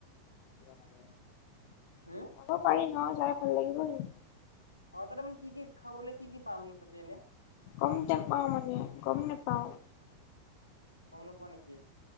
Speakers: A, on the left; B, on the left.
A: যাব
B: হুম
A: পাৰি ন, যাই ভাল লাগিব কিন্তু।
B: অহ তাতে মানে কি কি খাবলৈ, কি কি পাম ন তাতে এনেই।
A: গম নাপাওঁ মানে, গম নাপাওঁ।
B: গম নোপোৱা নেকি,